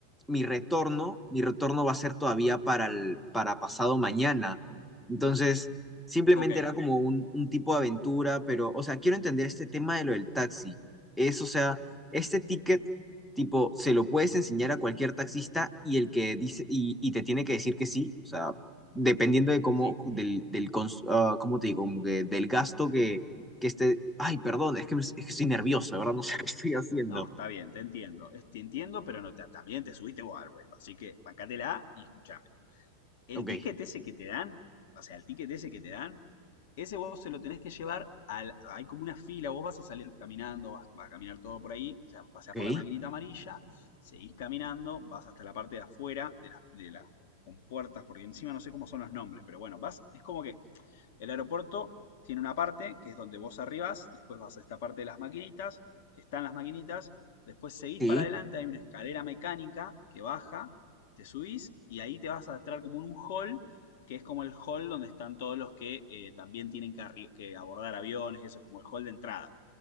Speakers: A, in the centre; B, on the left.
A: mi retorno, mi retorno va a ser todavía para el, para pasado mañana. Entonces, simplemente
B: Ok,
A: era como un, un tipo de aventura, pero, o sea, quiero entender este tema de lo del taxi. Es, o sea, este ticket, tipo, se lo puedes enseñar a cualquier taxista y el que dice, y, y te tiene que decir que sí, o sea, dependiendo de cómo,
B: sí.
A: del, del, cons- ah, ¿cómo te digo? Como que del gasto que que esté, ay, perdón, es que, me- es que estoy nervioso, de ¿verdad? No sé <laughs> qué estoy haciendo.
B: No, está bien, te entiendo. Es- Te entiendo, pero no te- también te subiste vos al vuelo. Así que bancátela y escúchame. El
A: Ok,
B: ticket ese que te dan, o sea, el ticket ese que te dan, ese vos se lo tenés que llevar al. Hay como una fila, vos vas a salir caminando, vas, vas a caminar todo por ahí, o sea, pasás
A: ok,
B: por la maquinita amarilla, seguís caminando, vas hasta la parte de afuera de las, de las compuertas, porque encima no sé cómo son los nombres, pero bueno, vas, es como que el aeropuerto tiene una parte que es donde vos arribás, después vas a esta parte de las maquinitas, que están las maquinitas, después seguís
A: sí,
B: para adelante, hay una escalera mecánica que baja, te subís y ahí te vas a entrar como en un hall, que es como el hall donde están todos los que eh, también tienen que, que abordar aviones, eso es como el hall de entrada.